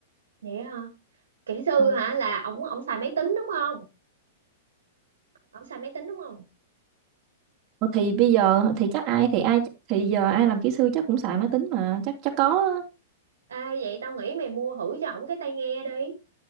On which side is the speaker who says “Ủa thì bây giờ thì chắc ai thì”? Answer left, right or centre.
Right